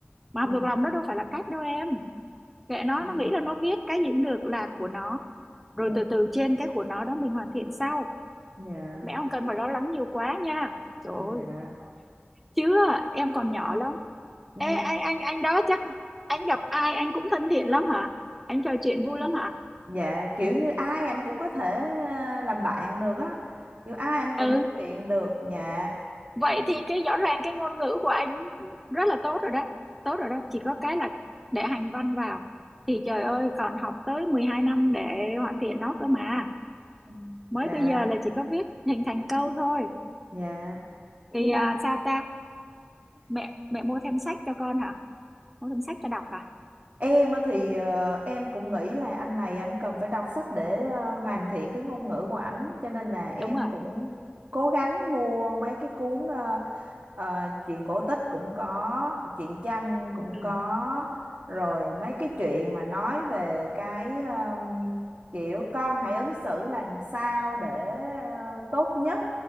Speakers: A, in the centre; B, on the right.
A: mà học
B: ừ.
A: thuộc lòng đó đâu phải là cách đâu em kệ nó
B: Ừ.
A: nó nghĩ là nó viết cái gì cũng được là của nó rồi
B: Ừ.
A: từ từ trên cái của nó đó mình hoàn thiện sau
B: dạ
A: mẹ không cần mà lo lắng nhiều quá nha trời
B: dạ
A: ơi chứ em còn nhỏ lắm
B: Ừ.
A: ê anh anh anh đó chắc anh gặp ai anh cũng thân thiện lắm hả anh trò chuyện vui lắm hả
B: Dạ kiểu như ai anh cũng có thể ờ, làm bạn được á kiểu ai anh cũng
A: ừ
B: nói chuyện được dạ
A: vậy thì cái rõ ràng cái ngôn ngữ của anh rất là tốt rồi đấy tốt rồi đấy chỉ có cái là để hành văn vào thì trời ơi còn học tới 12 năm để hoàn thiện nó cơ mà
B: Ừ.
A: mới
B: dạ
A: bây giờ là chỉ có viết hình thành câu thôi
B: dạ
A: thì
B: nhưng
A: à, sao ta mẹ mẹ mua thêm sách cho con hả mua thêm sách cho đọc hả
B: Em á thì ờ, em cũng nghĩ là anh này anh cần phải đọc sách để ờ, hoàn thiện cái ngôn ngữ của ảnh cho nên là em
A: đúng rồi
B: cũng cố gắng mua mấy cái cuốn ờ, ờ, truyện cổ tích cũng có, truyện tranh cũng
A: ừ
B: có, rồi mấy cái chuyện mà nói về cái ờm, kiểu con hãy ứng xử làm sao để ờ, tốt nhất